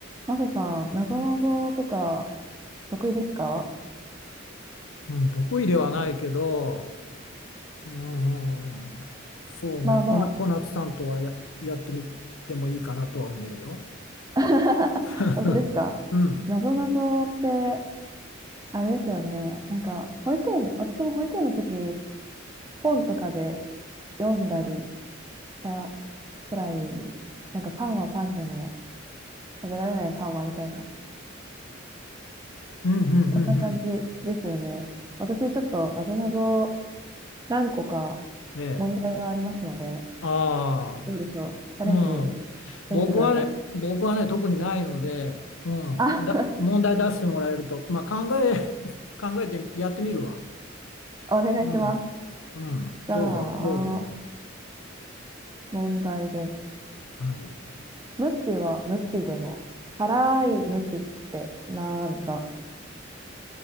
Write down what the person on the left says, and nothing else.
うん、得意ではないけど、うん、そうね、
こな、小夏さんとはや、やってみてもいいかなとは思うよ。
<laughs>
うん、
うん、うん、うん、
うん。ええ。
ああ、
うん。
僕はね、僕はね、特にないので、うん、
だ、問題出してもらえると、まあ、考え、<laughs> 考えてやってみるわ。
うん、うん、
どうぞ、どうぞ。
はい。